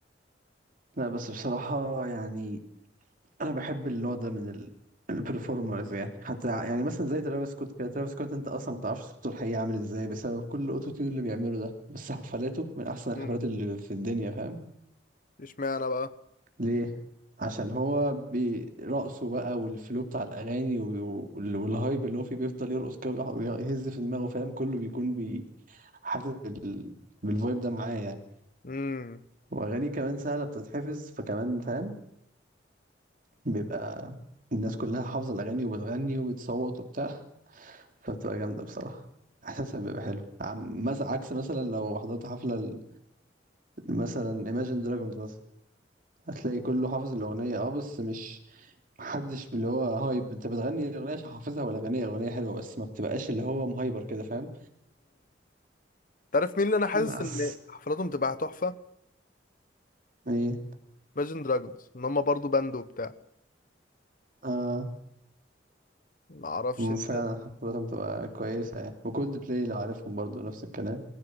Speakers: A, on the right; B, on the left.
A: لا بس بصراحة يعني انا بحب النوع ده من ال البرفورمرز يعني حتى يعني مثلا زي ترافيس سكوت كده ترافيس سكوت انت اصلا ما تعرفش صوته الحقيقي عامل ازاي بسبب كل الاوتو تيون اللي بيعمله ده بس حفلاته من احسن الحفلات
B: مم.
A: اللي في الدنيا فاهم
B: اشمعنى بقى
A: ليه عشان هو برقصه بقى والفلو بتاع الاغاني و- وال- والهايب اللي هو فيه بيفضل يرقص كده ويح- ويهز في دماغه فاهم كله بيكون بي- حاسس بال- بالفايب ده معاه يعني
B: امم
A: واغاني كمان سهله بتتحفظ فكمان فاهم بيبقى الناس كلها حافظه الاغاني وبتغني وبتصوت وبتاع فبتبقى جامده بصراحه احساسها بيبقى حلو عم مثلا عكس مثلا لو حضرت حفله ال- مثلا Imagine Dragons مثلا هتلاقي كله حافظ الاغنيه اه بس مش محدش اللي هو هايب انت بتغني الاغنيه عشان حافظها ولا اغنيه اغنيه حلوه بس ما بتبقاش اللي هو مهايبر كده فاهم
B: تعرف مين اللي انا حاسس
A: بس
B: ان حفلاتهم تبقى تحفه
A: ايه
B: Imagine دراجونز ان هم برضو باند وبتاع
A: اه
B: ما اعرفش
A: م-
B: انت
A: فعلا حفلاتهم بتبقى كويسه يعني وكولد بلاي لو عارفهم برضو نفس الكلام